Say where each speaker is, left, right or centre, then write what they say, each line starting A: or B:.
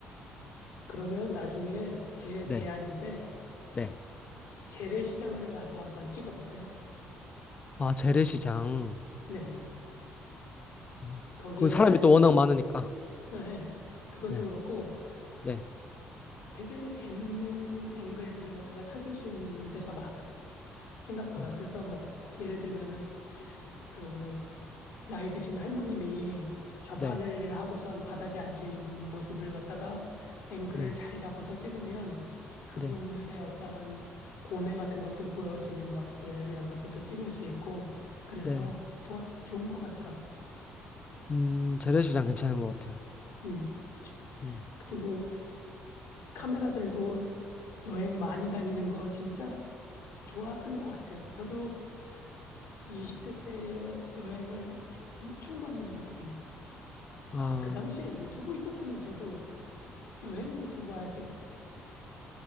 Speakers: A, on the left; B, on the left.
A: 그러면 나중에 제
B: 네,
A: 제안인데
B: 네.
A: 재래시장을 가서 한번 찍어보세요.
B: 아, 재래시장.
A: 네네.
B: 아,
A: 거기에
B: 그건 사람이
A: 안,
B: 또 워낙 많으니까.
A: 예, 예. 그것도
B: 네,
A: 그렇고
B: 네.
A: 되게 재밌는 앵글들을 갖다가 찾을 수 있는 데가 많아요. 생각보다.
B: 아,
A: 그래서 뭐 예를 들면은 그 나이 드신 할머님이 좌판을
B: 네,
A: 하고선 바닥에 앉아 있는 모습을 갖다가 앵글을
B: 네,
A: 잘 잡아서 찍으면 그분들의
B: 네,
A: 어떠한 고뇌 같은 것도 보여지는 것들, 이런 것들도 찍을 수 있고, 그래서
B: 네.
A: 좋아, 좋은 것 같더라고요.
B: 음, 재래시장 괜찮은 것 같아요.
A: 음. 저-
B: 음.
A: 그리고 카메라 들고 여행 많이 다니는 거 진짜 좋았던 것 같아요. 저도 20대 때 여행을 좀 엄청 많이 다녔거든요.
B: 아,
A: 아, 그 당시에 유튜브 있었으면 저도 여행 유튜브 했을 텐데.